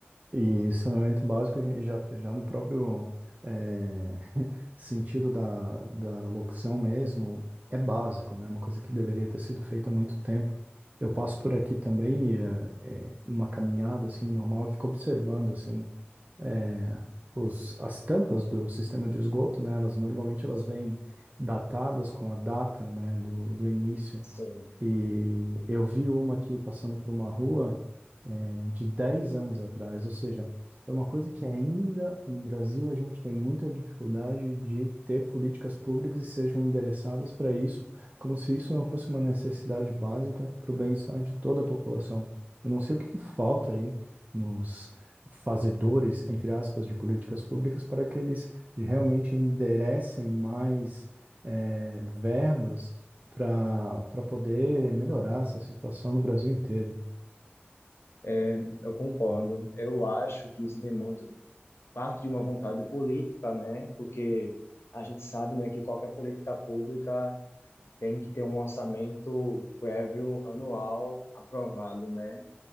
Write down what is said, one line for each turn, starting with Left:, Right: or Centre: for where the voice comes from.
Right: E saneamento básico, a gente já, já no próprio eh, <laughs> sentido da, da locução mesmo, é básico, né? É Uma coisa que deveria ter sido feita há muito tempo. Eu passo por aqui também, e, eh, eh, numa caminhada assim normal, eu fico observando assim eh, os, as tampas do sistema de esgoto, né? Elas normalmente elas vêm datadas com a data, né, do, do início.
Left: Sim,
Right: E eu vi uma aqui passando por uma rua eh, de 10 anos atrás. Ou seja, é uma coisa que ainda no Brasil a gente tem muita dificuldade de ter políticas públicas que sejam endereçadas para isso, como se isso não fosse uma necessidade básica para o bem-estar de toda a população. Eu não sei o que que falta aí nos fazedores, entre aspas, de políticas públicas para que eles realmente enderecem mais eh, verbas para para poder melhorar essa situação no Brasil inteiro.
Left: é, eu concordo. Eu acho que isso vem muito parte de uma vontade política, né, porque a gente sabe, né, que qualquer política pública tem que ter um orçamento prévio anual aprovado, né?